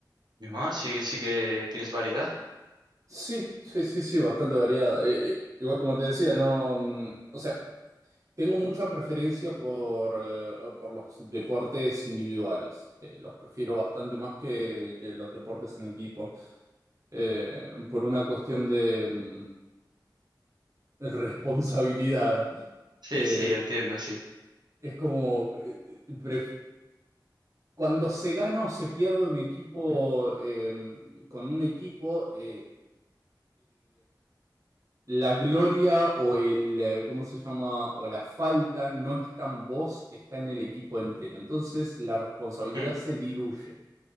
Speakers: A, on the right; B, on the right.
A: mi mamá, sí, sí que tienes variedad.
B: Sí, sí, sí, sí, bastante variada. Eh, eh, igual como te decía, no, mm, o sea, tengo mucha preferencia por, eh, por los deportes individuales. Eh, los prefiero bastante más que, que los deportes en equipo. Eh, por una cuestión de mm, <laughs> responsabilidad.
A: Sí,
B: Eh,
A: sí, entiendo, sí.
B: es como, eh, pref- cuando se gana o se pierde un equipo, eh, con un equipo, eh, La gloria o el, eh, ¿cómo se llama? O la falta no está en vos, está en el equipo entero. Entonces la responsabilidad
A: Hmm.
B: se diluye.